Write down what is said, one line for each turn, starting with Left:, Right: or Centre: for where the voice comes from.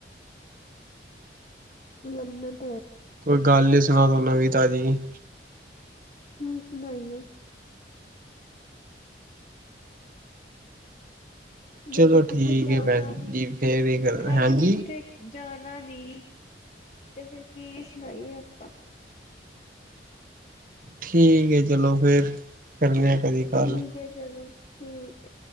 Left: ਲ ਮੈਂ <unintelligible>
Right: ਕੋਈ ਗੱਲ <unintelligible> ਨੀਸੀ ਦੋ <unintelligible> ਨਵੀਂ ਤਾਜ਼ੀ
Left: ਕੀ ਸੁਣਾਈਏ
Right: ਚਲੋ
Left: ਜਦ ਕਿਤੇ
Right: ਠੀਕ
Left: ਜਾਣਾ
Right: ਹੈ ਭੈਣ
Left: ਨੀ
Right: ਜੀ ਫੇਰ ਹੀ ਕਰ
Left: ਜਦ
Right: ਹਾਂਜੀ
Left: ਕਿੱਥੇ ਜਾਣਾ ਨੀ ਤੇ ਫਿਰ ਕੀ ਸੁਣਾਈਏ ਆਪਾਂ।
Right: ਠੀਕ ਹੈ ਚਲੋ ਫੇਰ। ਕਰਨੇ ਆ ਕਦੀ
Left: ਠੀਕ
Right: ਗੱਲ
Left: ਹੈ ਚਲੋ। ਠੀਕ ਹੈ।